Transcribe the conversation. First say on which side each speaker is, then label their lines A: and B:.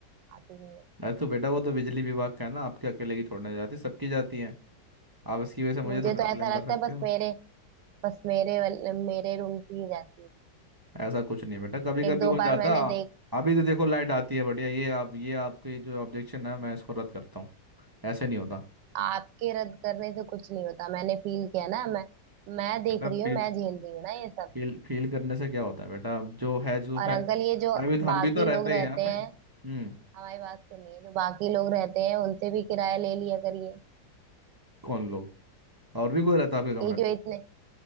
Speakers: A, on the right; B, on the right.
A: आती नहीं है
B: अरे तो बेटा वो तो बिजली विभाग का है ना आपके अकेले की थोड़ी ना जाती सबकी जाती है आप इसकी वजह से मुझे
A: मुझे
B: थोड़ी ना
A: तो ऐसा
B: ब्लेम कर
A: लगता
B: सकते
A: है बस
B: हो
A: मेरे बस मेरे वाल- मेरे रूम की ही जाती
B: ऐसा कुछ नहीं बेटा कभी कभी
A: है एक दो
B: हो
A: बार
B: जाता
A: मैंने देख
B: अभी तो देखो लाइट आती है बढ़िया ये आप ये आपके जो ऑब्जेक्शन है मैं इसको रद्द करता हूँ ऐसे नहीं होता
A: आपके रद्द करने से कुछ नहीं होता मैंने फील किया ना मैं मैं देख
B: बेटा
A: रही हूँ
B: फील
A: मैं झेल रही हूँ ना ये सब
B: फील फील करने से क्या होता है बेटा अब जो है जो
A: और
B: है
A: अंकल ये जो
B: मैं भी हम
A: बाकी
B: भी तो रहते
A: लोग रहते
B: हैं यहाँ
A: हैं
B: पे हम्म
A: हमारी बात सुनिए जो बाकी लोग रहते हैं उनसे भी किराया ले लिया करिए
B: कौन लोग और भी कोई रहता है आपके कमरे
A: ये जो
B: में
A: इतने